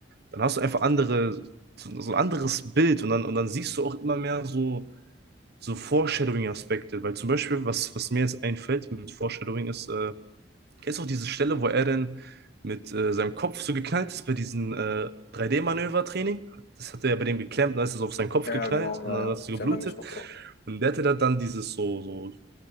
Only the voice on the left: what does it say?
Ja,
ja, genau, ja,
ja.
Ich
erinnere mich noch dran.